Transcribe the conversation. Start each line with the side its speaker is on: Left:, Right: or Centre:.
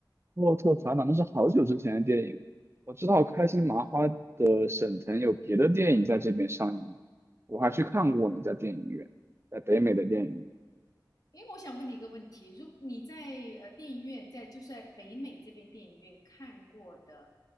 Right: 《洛特烦恼》那是好久之前的电影。
Left: 嗯
Right: 我知道开心麻花的沈腾有别的电影在这边上映，
Left: 嗯，
Right: 我还去看过呢，在电影院，在北美的电影院。
Left: 因为我想问你一个问题，如你在呃电影院在就是在北美这边电影院看过的